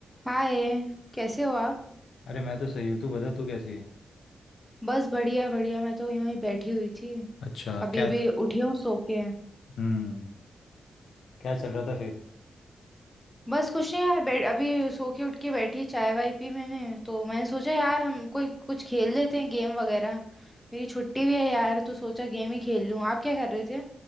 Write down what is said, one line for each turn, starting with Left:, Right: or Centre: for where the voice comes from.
Centre: हाय कैसे हो आप
Left: अरे मैं तो सही हूँ तू बता तू कैसी है
Centre: बस बढ़िया बढ़िया मैं तो यूं ही बैठी हुई थी
Left: अच्छा
Centre: अभी
Left: क्या
Centre: अभी उठी हूँ सो के
Left: हम्म क्या चल रहा था फिर
Centre: बस कुछ नहीं यार बैठ अभी सो के उठ के बैठी चाय वाय पी मैंने तो मैंने सोचा यार हम कोई कुछ खेल लेते हैं गेम वगैरह मेरी छुट्टी भी है यार तो सोचा गेम ही खेल लूँ आप क्या कर रहे थे